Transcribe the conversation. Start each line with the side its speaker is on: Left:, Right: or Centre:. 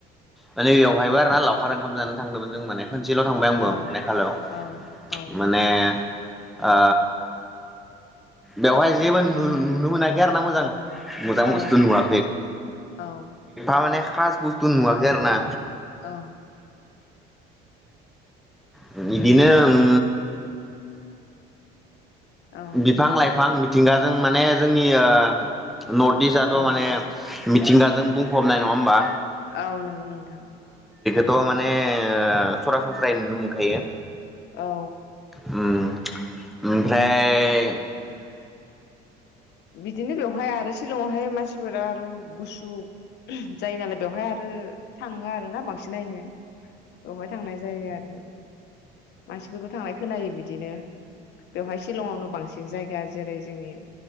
Centre: माने बेवहायबो आरो ना लावखार ओंखाम जानो थांदोंमोन जों माने खनसेल' थांबाय आंबो
Left: औ
Centre: मेघालयआव
Left: औ औ
Centre: माने ओ बेवहाय जेबो नु-नुनो मोनाखै आर ना मोजां मोजां
Left: औ
Centre: बस्थु नुवा
Left: औ
Centre: थार माने खास बुस्थु नुवाखै आरो ना
Left: औ
Centre: हम इदिनो उम
Left: औ
Centre: बिफां-लाइफां मिथिंगाजों माने जोंनि ओ नर्थ इस्थाथ'
Left: औ
Centre: माने मिथिंगाजों बुंफबनाय नङा होमबा
Left: औ नंगौ नोंथां
Centre: थ' माने सरासनस्रायै नुनो मोनखायो
Left: औ
Centre: उम ओमफ्राय <unintelligible>
Left: बिदिनो बेवहाय आरो शिलंआवहाय मानसिफोरा आरो गुसु <unintelligible> जायो नालाय बेवहाय आरो थाङो आरो ना बांसिन नायनो बेवहाय थांनाय जायो आरोना मानसिफोरखौ थांनाय खोनायो बिदिनो बेवहाय शिलंआवनो बांसिन जायगा जेरै जोंनि